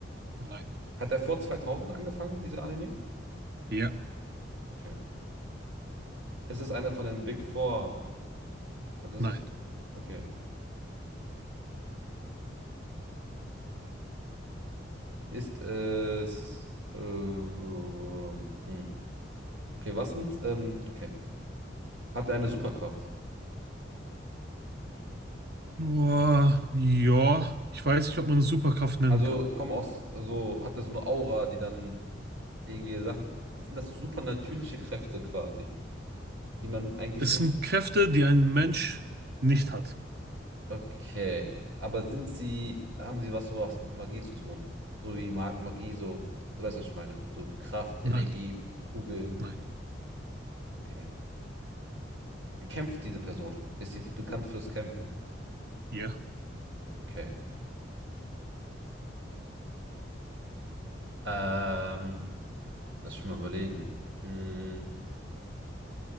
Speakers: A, on the right (about 55°); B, on the right (about 80°).
A: Nein.
B: Hat er vor 2000 angefangen, dieser Anime?
A: Ja.
B: Okay. Ist es einer von den Big Four? Also ist
A: Nein.
B: es... Okay. Ist es... Äh, hm. Okay, was sind... Ähm, okay. Hat er eine Superkraft?
A: Boah, ja. Ich weiß nicht, ob man es Superkraft nennen
B: Also
A: kann.
B: kommen aus... Also hat er so eine Aura, die dann irgendwie Sachen... Sind das supernatürliche Kräfte quasi? die man eigentlich
A: Es
B: nicht.
A: sind Kräfte, die ein Mensch nicht hat.
B: Okay. Aber sind sie, haben sie was sowas mit Magie zu tun? So wie Mag Magie, so, du weißt, was ich meine. So Kraft, Energie,
A: Nein.
B: Kugeln.
A: Nein.
B: Okay. Kämpft diese Person? Ist sie bekannt fürs Kämpfen?
A: Ja.
B: Okay. Ähm, lass schon mal überlegen. Hm,